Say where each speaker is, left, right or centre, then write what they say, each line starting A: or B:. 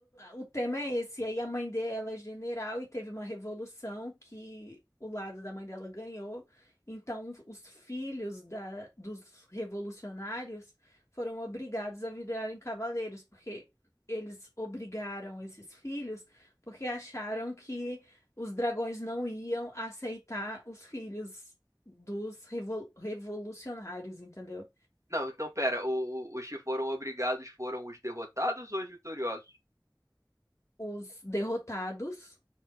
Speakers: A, on the left; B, on the right.
A: o, o tema é esse. E aí a mãe dela é general e teve uma revolução que o lado da mãe dela ganhou. Então os filhos da, dos revolucionários foram obrigados a virarem cavaleiros, porque eles obrigaram esses filhos porque acharam que os dragões não iam aceitar os filhos dos revol- revolucionários, entendeu?
B: Não, então pera. o- o- os que foram obrigados foram os derrotados ou os vitoriosos?
A: Os derrotados.